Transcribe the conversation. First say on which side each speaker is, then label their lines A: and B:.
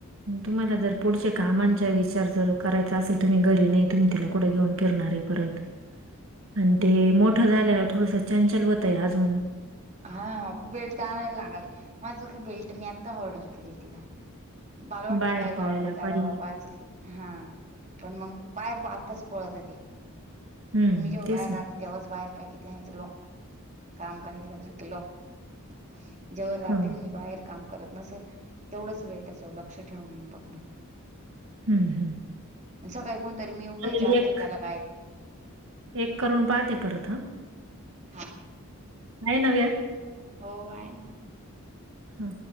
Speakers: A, on the right (about 65°); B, on the right (about 30°).
A: तुम्हाला जर पुढच्या कामांचा विचार जर करायचा असेल तुम्ही घरी नाही तुम्ही तिला कुढं घेऊन फिरणारे आहे परत आणि ते मोठ झाल्यावर थोडस चंचल होतंय अजून
B: हा.. बेल्ट आणायला लागाल, माझं का बेल्ट मी आत्ता ऑर्डर केल तिला मला वाटतं
A: बाहेर
B: बॅग
A: पडायला
B: ऑर्डर करावबा
A: पाहिजे.
B: हा.. पण मग बाहेर आताच पळत ते
A: हं,
B: पण मी जेव्हा
A: तेच
B: बाहेर
A: ना.
B: राहते.. तेव्हाच बाहेर टा क नाही लॉक काम करायला लागले की लॉक जेव रात्री
A: हं,
B: मी बाहेर काम करत नसेल तेवढच वेळ त्याच्यावर लक्ष ठेवून बघण.
A: हं, हं.
B: सकाळी कोणतरी मी उठायच्या
A: चालेल
B: आता
A: एक
B: त्याला काय
A: एक करून पाहते परत ह..
B: हा
A: नाही ना वेळ
B: हो.. आहे ना मग
A: हा